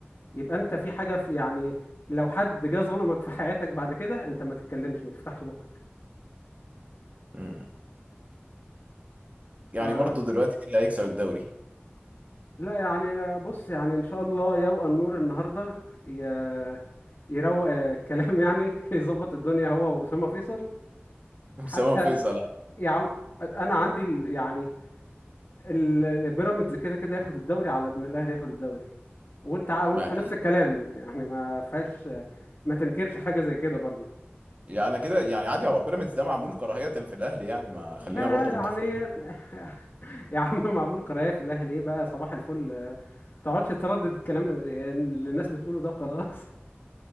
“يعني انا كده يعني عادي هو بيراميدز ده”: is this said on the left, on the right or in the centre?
Right